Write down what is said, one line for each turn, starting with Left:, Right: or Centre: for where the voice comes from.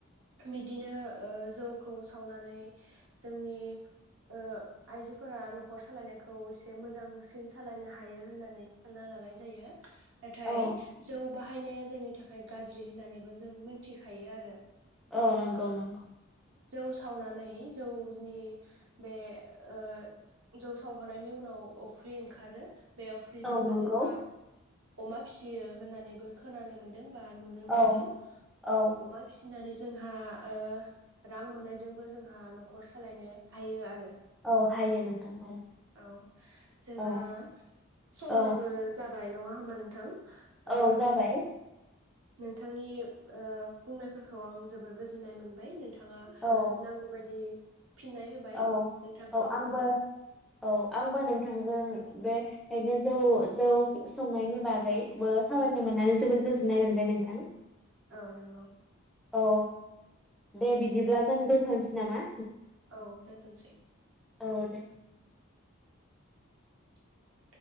Right: बिदिनो ओ जौखौ सावनानै जोंनि ओ आइजोफोरा नखर सालायनायखौ एसे मोजांसिन सालायनो हायो होननानै सानना लानाय जायो नाथाय
Centre: औ
Right: जौ बाहा हायनाया जोंनि थाखाय गाज्रि होननानैबो, जों मिनथिखायो आरो
Centre: औ नंगौ
Right: ओ
Centre: नंगौ
Right: जौ सावनानै जौनि बे ओ जौ सावखांनायनि उनाव अफ्रि ओंखारो। बेयाव फ्रिजोंबो
Centre: औ नंगौ
Right: जोंहा, अमा फिसियो होननानैबो खोनानो मोन्दों बा नुनो
Centre: औ
Right: मोन्दों
Centre: औ
Right: अमा फिसि फिनानै जोंहा ओ रां मोननायजोंबो जोंहा न'खर सालायनो हायो आरो।
Centre: औ हायो नोंथां औ
Right: <inaudible> औ जोंहा
Centre: औ
Right: समाबो
Centre: औ
Right: जाबाय नङा, होमबा नोंथां ओ
Centre: औ जाबाय
Right: नोंथांनि ओ बुंनायफोरखौ आं जोबोर गोजोननाय मोनबाय नोंथां थाङो
Centre: औ
Right: नांगौ बायदि फिननाय होबाय
Centre: औ
Right: नोंथांखौ
Centre: औ आंबो औ आंबो नोंथांजों बे बेनो जौ जौ संनायनि बागैबो सावरायनो मोननानै जोबोर गोजोननाय मोनबाय नोंथां।
Right: औ नंगौ।
Centre: औ दे बिदिब्ला जों दोनथनोसै नामा?
Right: औ दोन्थनोसै
Centre: औ दे।
Right: <inaudible>